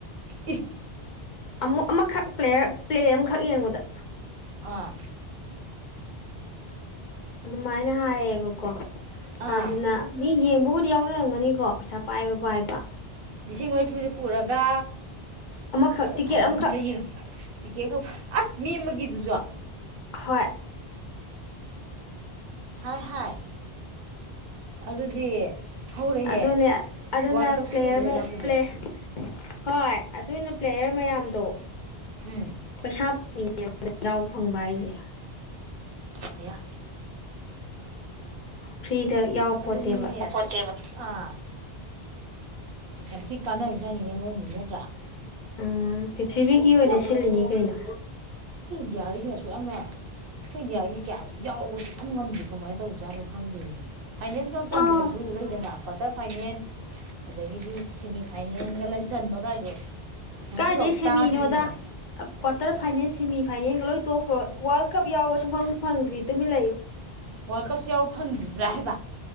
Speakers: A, on the right (about 65°); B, on the left (about 55°).
A: ꯏ
B: ꯑꯃꯨꯛ ꯑꯃꯈꯛ꯭ꯂꯦ ꯄ꯭ꯂꯦ ꯑꯃꯈꯛ ꯌꯦꯡꯕꯗ
A: ꯑꯥ
B: ꯑꯗꯨꯃꯥꯏꯅ ꯍꯥꯏꯌꯦꯕꯀꯣ
A: ꯑꯥ
B: ꯑꯗꯨꯅ ꯃꯤꯡ ꯃꯍꯨꯗꯤ ꯌꯥꯎꯅꯔꯝꯒꯅꯤꯀꯣ ꯄꯩꯁꯥ ꯄꯥꯏꯕ ꯄꯥꯏꯕ
A: ꯂꯤꯁꯤꯡ ꯃꯔꯤꯐꯨꯗ ꯄꯨꯔꯒ
B: ꯑꯃꯈꯛ ꯇꯤꯀꯦꯠ
A: ꯁꯥꯟꯅꯝꯗ
B: ꯑꯃꯈꯛ
A: ꯌꯦꯡꯉ ꯇꯤꯀꯦꯠ ꯑꯁ ꯃꯤ ꯑꯃꯒꯤ ꯑꯗꯨꯖꯨ
B: ꯍꯣꯏ
A: ꯍꯥꯏ ꯍꯥꯏ ꯑꯗꯨꯗꯤ ꯍꯧꯔꯦꯍꯦ
B: ꯑꯗꯨꯅꯦ ꯑꯗꯨꯅ
A: ꯋꯥꯔꯜ ꯀꯞ
B: ꯄ꯭ꯂꯦꯔ
A: ꯁꯤꯜꯂꯤꯕ ꯂꯩꯕꯥꯛꯇꯨꯗꯤ
B: ꯄ꯭ꯂꯦꯔ ꯍꯣꯏ ꯑꯗꯨꯅ ꯄ꯭ꯂꯦꯌꯔ ꯃꯌꯥꯝꯗꯣ
A: ꯎꯝ
B: ꯄꯩꯁꯥ ꯃꯤꯡꯖꯦꯜꯅꯦ ꯌꯥꯥꯎꯕ ꯐꯪꯕ ꯍꯥꯏꯖꯦ
A: ꯍꯌꯥ
B: ꯐ꯭ꯔꯤꯗ ꯌꯥꯎ ꯄꯣꯠꯇꯦꯕ
A: ꯑꯗꯨꯗꯤꯅꯦ ꯑꯥ ꯌꯥꯝ ꯊꯤꯛ ꯀꯥꯟꯅꯔꯤꯖꯥꯅꯤꯅꯦ ꯃꯣꯏꯒꯤꯖꯦ ꯅꯠꯇ꯭ꯔꯥ
B: ꯎꯝ ꯄꯤꯔꯊꯤꯕꯤꯒꯤ ꯑꯣꯏꯅ
A: ꯑꯗꯣ
B: ꯁꯤꯜꯂꯤꯅꯤ ꯀꯩꯅꯣ
A: ꯏꯟꯗꯤꯌꯥꯒꯤꯖꯤꯅ ꯑꯁꯨꯛ ꯌꯥꯝꯅ ꯑꯈꯣꯏ ꯏꯟꯗꯤꯌꯥꯒꯤ ꯀꯌꯥ ꯌꯥꯎꯕ ꯁꯨꯉꯝ ꯉꯝꯗꯦ ꯀꯃꯥꯏꯅ ꯇꯧꯖꯥꯠꯅꯣ ꯈꯪꯗꯦꯃꯤ ꯐꯥꯏꯅꯦꯟ ꯆꯪ ꯆꯟꯗ꯭ꯔꯖꯨ
B: ꯑ
A: ꯂꯩꯗꯅꯥ ꯀ꯭ꯋꯥꯇꯔ ꯐꯥꯏꯅꯦꯟ ꯑꯗꯒꯤꯗꯤ ꯁꯦꯃꯤ ꯐꯥꯏꯅꯦꯟꯒ ꯂꯩ ꯆꯟꯕ ꯀꯥꯏꯗꯣ ꯉꯁꯤꯐꯥꯎ
B: ꯀꯥꯏꯗꯩ ꯁꯦꯝꯃꯤꯅꯣꯗꯥ
A: ꯇꯥꯗ꯭ꯔꯤ ꯍꯥꯏꯕ
B: ꯀ꯭ꯋꯥꯇꯔ ꯐꯥꯏꯅꯦꯟ ꯁꯤꯃꯤꯐꯥꯏꯅꯦꯟꯒ ꯂꯣꯏ ꯇꯣꯛꯈ꯭ꯔꯣ ꯋꯥꯔꯜ ꯀꯞ ꯌꯥꯎꯕ ꯁꯨꯡ ꯐꯪ ꯐꯪꯗ꯭ꯔꯤ ꯇꯨꯃꯤꯟ ꯂꯩꯌꯨ
A: ꯋꯥꯔꯜ ꯀꯞꯁꯦ ꯌꯥꯎꯕ ꯐꯪꯒꯤꯗ꯭ꯔꯥ ꯍꯥꯏꯕ